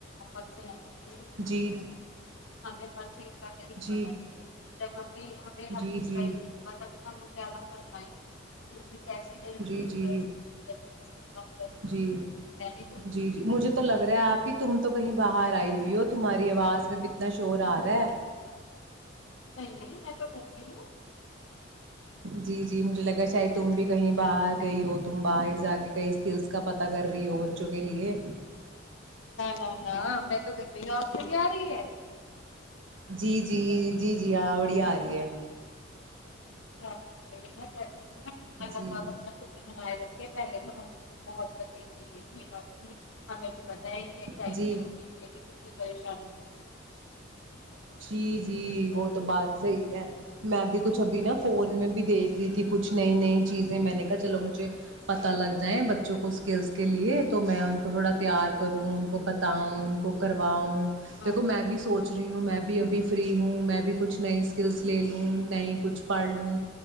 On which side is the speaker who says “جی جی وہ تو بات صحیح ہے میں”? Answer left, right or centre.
Right